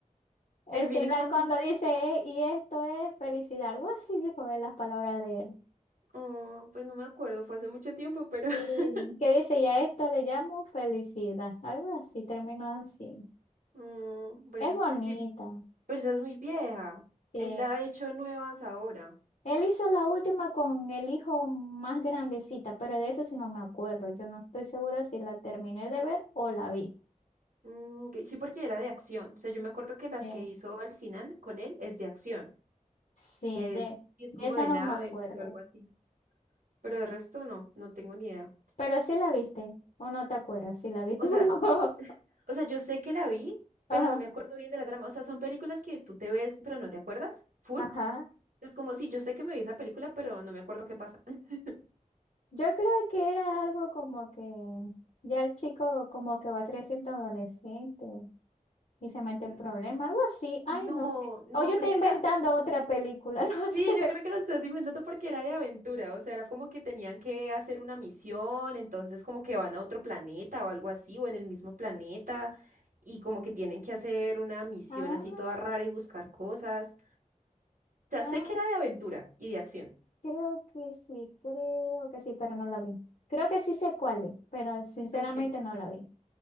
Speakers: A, on the left; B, on the right.
A: El
B: Elvina,
A: final
B: no,
A: cuando
B: no,
A: dice, "Eh, y esto es felicidad. Algo así dijo él las palabras de él.
B: oh, pues no me acuerdo, fue hace mucho tiempo, pero
A: Y
B: <laughs>
A: que dice, ya esto le llamo felicidad. Algo así, terminó así.
B: mm, bueno,
A: Es bonita.
B: sí, pero esa es muy vieja.
A: Sí.
B: Él la ha hecho nuevas ahora.
A: Él hizo la última con el hijo más grandecita, pero de ese sí no me acuerdo. Yo no estoy segura si la terminé de ver o la vi.
B: Mm, ok, Sí, porque era de acción. O sea, yo me acuerdo que las
A: Eh,
B: que hizo al final con él es de acción,
A: sí,
B: que
A: de,
B: es, y es
A: de
B: como
A: esa
B: de
A: no
B: naves
A: me acuerdo.
B: o algo así. Pero el resto no, no tengo ni idea.
A: Pero sí la viste, o no te acuerdas si la viste
B: O
A: <laughs> o
B: sea,
A: no.
B: o sea, yo sé que la vi, pero
A: Ajá,
B: no me acuerdo bien de la trama. O sea, son películas que tú te ves, pero no te acuerdas, full.
A: ajá.
B: Es como, sí, yo sé que me vi esa película, pero no me acuerdo qué pasa. <laughs>
A: Yo creo que era algo como que ya el chico como que va creciendo adolescente y se mete en
B: N-
A: problemas, algo así.
B: No,
A: Ay, no sé.
B: no,
A: O yo estoy
B: creo
A: inventando
B: que era
A: otra película, <laughs> no
B: Sí,
A: sé.
B: yo creo que lo estás inventando porque era de aventura, o sea, era como que tenían que hacer una misión, entonces como que van a otro planeta o algo así, o en el mismo planeta, y como que tienen que hacer una misión
A: Ah,
B: así toda rara y buscar cosas. O sea,
A: ah.
B: sé que era de aventura y de acción.
A: Creo que sí, creo que sí, pero no la vi. Creo que sí sé cuál es, pero sinceramente
B: Ok.
A: no la vi.